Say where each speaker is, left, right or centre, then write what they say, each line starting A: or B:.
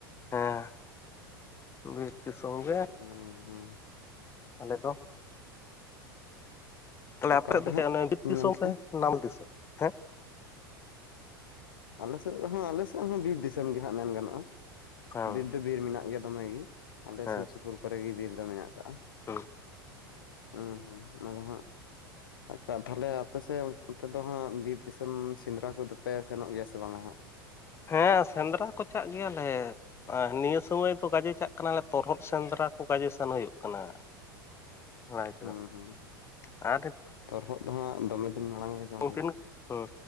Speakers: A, on the left; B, on the left.
A: ᱦᱮᱸ, ᱵᱤᱨ ᱫᱤᱥᱚᱢ ᱜᱮ᱾
B: ᱦᱩᱸ ᱦᱩᱸ
A: ᱟᱞᱮ ᱫᱚ᱾ ᱛᱟᱦᱚᱞᱮ
B: ᱚᱠᱟᱞᱮᱠᱟ
A: ᱟᱯᱮᱭᱟᱜ ᱫᱚ
B: ᱦᱟᱸᱜ
A: ᱪᱮᱜ ᱚᱱᱮ ᱵᱤᱨ
B: ᱤᱧ
A: ᱫᱤᱥᱚᱢ
B: ᱢᱮᱱ ᱠᱮᱜᱼᱟ
A: ᱥᱮ ᱱᱟᱢ ᱫᱤᱥᱚᱢ? ᱦᱮᱸ
B: ᱟᱞᱮ ᱥᱮᱫ ᱫᱚ ᱦᱚᱸ ᱟᱞᱮᱥᱮᱜ ᱦᱚᱸ ᱵᱤᱨ ᱫᱤᱥᱚᱢ ᱜᱮ ᱦᱟᱸᱜ ᱢᱮᱱ ᱜᱟᱱᱚᱜᱼᱟ
A: ᱦᱮᱸ
B: ᱵᱤᱨ ᱫᱚ ᱵᱤᱨ ᱢᱮᱱᱟᱜ ᱜᱮᱭᱟ ᱫᱚᱢᱮ ᱜᱤ᱾ ᱟᱫᱚ
A: ᱦᱮᱸ
B: ᱥᱩᱨ ᱥᱩᱯᱩᱨ ᱠᱚᱨᱮ ᱜᱮ ᱵᱤᱨ ᱫᱚ ᱢᱮᱱᱟᱜ ᱟᱠᱟᱜᱼᱟ,
A: ᱦᱩᱸ
B: ᱦᱩᱸ ᱦᱩᱸ ᱚᱱᱟ ᱫᱚ ᱦᱟᱸᱜ ᱟᱯᱮ ᱛᱷᱟᱞᱮ ᱟᱯᱮᱥᱮᱜ ᱚᱱᱛᱮ ᱫᱚ ᱦᱟᱸᱜ ᱵᱤᱨ ᱫᱤᱥᱚᱢ ᱥᱮᱸᱫᱽᱨᱟ ᱠᱚᱫᱚ ᱯᱮ ᱥᱮᱱᱚᱜ ᱜᱮᱭᱟ ᱥᱮ ᱵᱟᱝ ᱟᱸᱦᱟᱸᱜ?
A: ᱦᱮᱸ, ᱥᱮᱸᱫᱽᱨᱟ ᱠᱚ ᱪᱟᱜ ᱜᱮᱭᱟ ᱞᱮ᱾ ᱟ ᱱᱤᱭᱟᱹ ᱥᱩᱢᱚᱭ ᱫᱚ ᱜᱟᱡᱮ ᱪᱟᱜ ᱠᱟᱱᱟᱞᱮ ᱛᱚᱨᱦᱚᱫ ᱥᱮᱸᱫᱽᱨᱟ ᱠᱚ ᱜᱟᱡᱮ ᱥᱮᱱ ᱦᱩᱭᱩᱜ ᱠᱟᱱᱟ᱾ ᱵᱟᱲᱟᱭ ᱠᱮᱫᱟᱢ
B: ᱦᱩ ᱦᱩᱸ,
A: ᱟᱨ
B: ᱛᱚᱨᱦᱚᱫ ᱫᱚ ᱦᱟᱸᱜ ᱫᱚᱢᱮ ᱫᱤᱱ ᱢᱟᱲᱟᱝ ᱨᱮ ᱡᱚᱢ
A: ᱩᱝᱠᱤᱱ
B: ᱦᱩᱭ
A: ᱦᱩᱸ